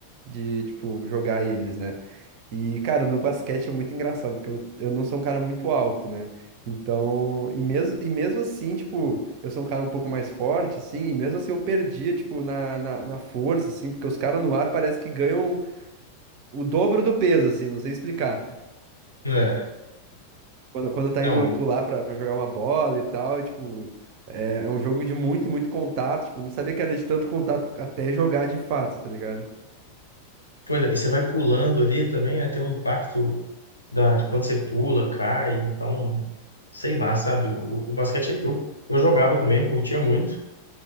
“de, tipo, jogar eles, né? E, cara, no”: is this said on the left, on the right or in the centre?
Right